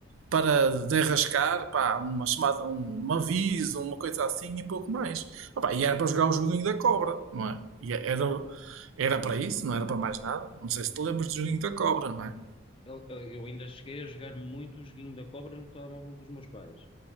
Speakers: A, on the right; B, on the left.
A: para derrascar pá, uma chamada, um, um aviso, uma coisa assim e pouco mais. Ah, pá, e era para jogar o joguinho da cobra, não é? E é, era, era para isso, não era para mais nada. Não sei se te lembras do joguinho da cobra, não é?
B: eu, eu- eu ainda cheguei a jogar muito o joguinho da cobra no telemóvel dos meus pais.